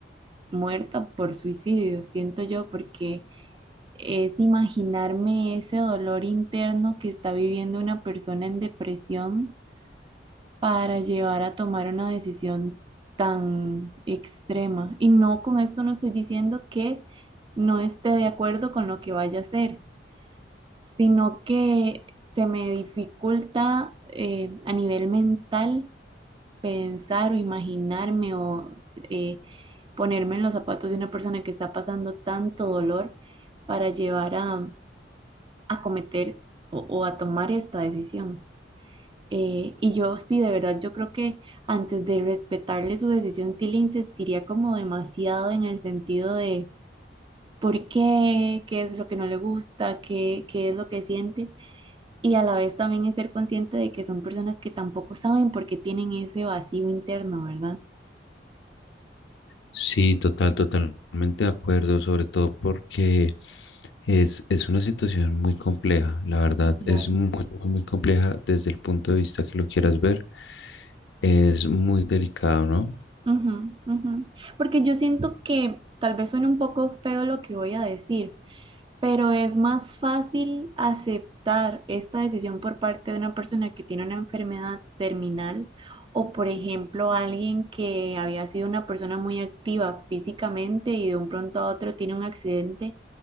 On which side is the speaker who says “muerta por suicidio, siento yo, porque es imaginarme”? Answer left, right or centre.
Right